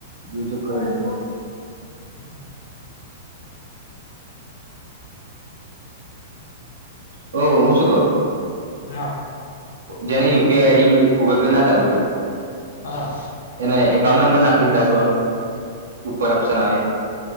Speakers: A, on the right; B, on the left.
A: બીજુ કાઈ નહી
B: હમ
A: ઓહ હું શું કહ
B: હા
A: જેની યુપીઆઈ આઈડી ગુગલ પે ના ચાલુ હોય
B: હા
A: એને એકાઉન્ટ નંબર નાખીને તાલ કોણ ઉપર ઓપ્શન આવે